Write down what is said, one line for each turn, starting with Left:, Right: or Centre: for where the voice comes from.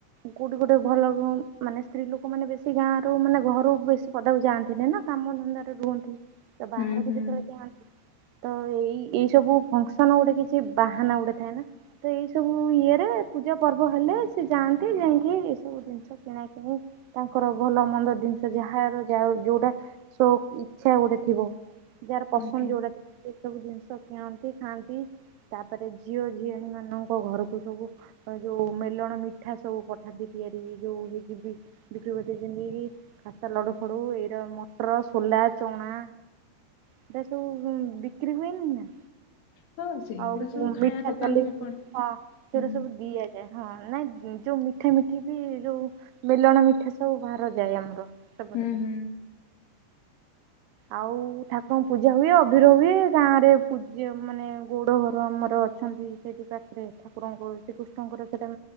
Right: କୋଉଠି ଗୋଟେ ଭଲ ମାନେ ସ୍ତ୍ରୀ ଲୋକମାନେ ବେଶୀ ଗାଁରୁ ମାନେ ଘରୁ ବେଶୀ ପଦାକୁ ଯାଆନ୍ତିନି ନା କାମ ଧନ୍ଦାରେ ରୁହନ୍ତି। ତ ବାହାରକୁ
Left: ହୁଁ ହୁଁ
Right: ଯେତେବେଳେ ଯାଆନ୍ତି ତ ଏଇ ଏଇସବୁ ଫଙ୍କସନ୍ ଗୋଟେ କିଛି ବାହାନା ଗୋଟେ ଥାଏ ନା, ତ ଏଇ ସବୁ ଇଏରେ ପୂଜା ପର୍ବ ହେଲେ ସେ ଯାଆନ୍ତି ଯାଇକି ଏଇ ସବୁ ଜିନିଷ କିଣାକିଣି ତାଙ୍କର ଭଲ ମନ୍ଦ ଜିନିଷ ଯାହାର ଯାଉ ଯୋଉଟା ସୋକ୍ ଇଚ୍ଛା ଗୋଟେ ଥିବ ଯାହାର ପସନ୍ଦ
Left: ଆଜ୍ଞା।
Right: ଯୋଉଟା ଥିବ। ଏ ସବୁ ଜିନିଷ କିଣନ୍ତି ଖାଆନ୍ତି ତାପରେ ଝିଅ ଝିଆଣି ମାନଙ୍କ ଘରକୁ ସବୁ ଏ ଯୋଉ ମେଲଣ ମିଠା ସବୁ ପଠାନ୍ତି ତିଆରି ହେଇକି। <unintelligible> ଖାସ୍ତା ଲଡୁ ଫଡୁ ଏଇର ମଟର, ସୋଲା, ଚଣା। ଏଇରା ସବୁ ବିକ୍ରି ହୁଏନିନା।
Left: ହଁ ସେଇଗୁଡା
Right: ଆହୁରି ପୁଣି
Left: ସବୁ ଖାଇବା
Right: ମିଠା
Left: ଦୋକାନ
Right: ଜଲେପି
Left: ବି ପଡେ
Right: ହଁ ସେଉରା
Left: ହୁଁ
Right: ସବୁ ଦିଆଯାଏ। ହଁ ନାଇଁ ଯୋଉ ମିଠା ମିଠି ବି ଯୋଉ ମେଲଣ ମିଠା ସବୁ ଭାର ଯାଏ ଆମର। ସେପଟରେ।
Left: ହୁଁ ହୁଁ
Right: ଆଉ ଠାକୁରଙ୍କ ପୂଜା ହୁଏ ଅଭିର ହୁଏ ଗାଁ ରେ ପୂଜା ମାନେ ଗୋଉଡ ଘର ଆମର ଅଛନ୍ତି। ସେଇଠି ପାଖରେ ଠାକୁରଙ୍କୁ ଶ୍ରୀକୃଷ୍ଣଙ୍କର ସେଇଟା